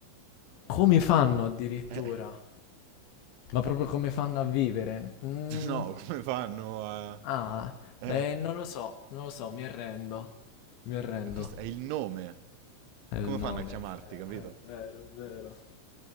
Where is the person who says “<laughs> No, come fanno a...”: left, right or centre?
Right